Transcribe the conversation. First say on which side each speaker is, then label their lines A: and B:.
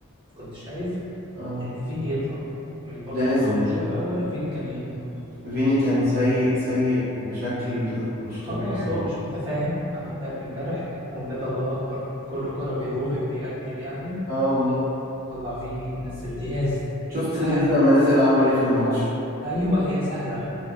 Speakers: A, on the right; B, on the right.
A: كنت شايف
B: اه
A: ان فيني يطلع من برضه
B: لازم
A: من اول الشوط الاول فيني كان يطلع
B: فيني كان سيء سيء بشكل مش
A: خلاص
B: طبيعي والله
A: هو مش متفاهم مع مبابي امبارح ومبابي الله اكبر كل كرة بيروح بيأدي بيعمل
B: اه والله
A: خلاص طلع فيني نزل دياز
B: شفت
A: سهلة
B: دياز لما نزل عمل ايه في الماتش
A: ايوه هي سهلة